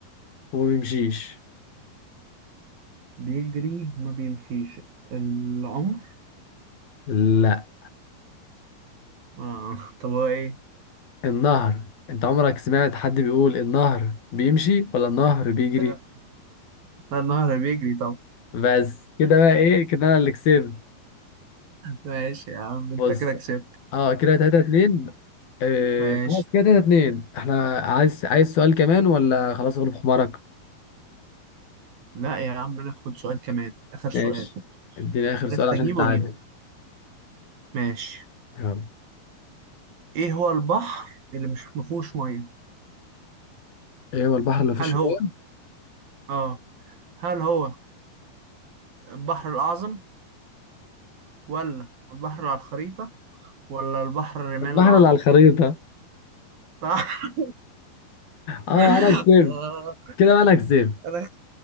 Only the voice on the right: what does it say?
بيجري وما بيمشيش العمر
آه <laughs> طب هو ايه
ده لا النهر بيجري طب
ماشي يا عم انت
كده كسبت
ماشي
لا يا عم ناخد سؤال كمان اخر سؤال
عرفت
اجيبه
اجيبه ماشي
ايه هو البحر اللي مش مفهوش ميه
هل
هو
اه هل هو البحر الاعظم ولا البحر اللي على الخريطة ولا البحر الرمال
الاعظم
صح
<laughs>
آه،
انا